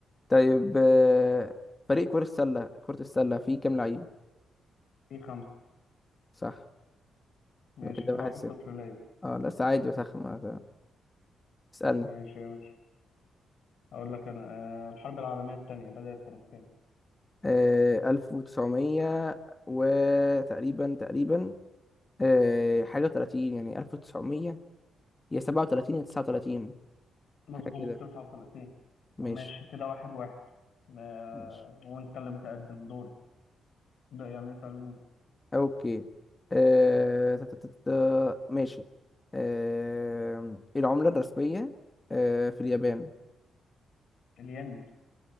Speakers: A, on the left; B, on the left.
A: طيب أه... فريق كرة السلة كرة السلة فيه كام لعيب
B: في خمسة
A: صح
B: ماشي
A: يبقى كده
B: كده
A: واحد
B: واحد
A: صفر
B: صفر ليا
A: اه لا بس عادي بسخن ما اسألني
B: ماشي يا باشا أقول لك أنا آه، الحرب العالمية التانية بدأت سنة كام
A: آه ألف وتسعمية وتقريبا تقريبا آه حاجة وتلاتين يعني ألف وتسعمية يا سبعة وتلاتين يا تسعة وتلاتين
B: مظبوط
A: حاجة كده
B: 39
A: ماشي
B: ماشي كده واحد واحد آه
A: ماشي
B: وانت اللي متقدم دوري ده يعني اسألني انت
A: أوكي آه تا- تا- تا- تا- ماشي آه العملة الرسمية آه في اليابان
B: الين